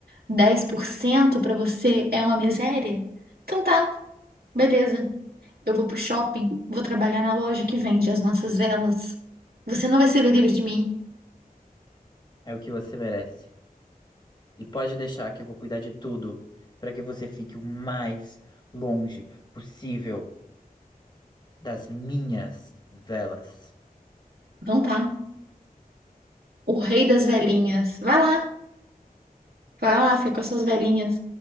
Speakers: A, on the right (about 85°); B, on the left (about 30°).
A: dez por cento para você é uma miséria? Então tá, beleza. Eu vou pro shopping, vou trabalhar na loja que vende as nossas velas. Você não vai se ver livre de mim.
B: É o que você merece. E pode deixar que eu vou cuidar de tudo para que você fique o mais longe possível das minhas velas.
A: Então tá. O rei das velhinhas. Vai lá, vai lá, fica com as suas velhinhas.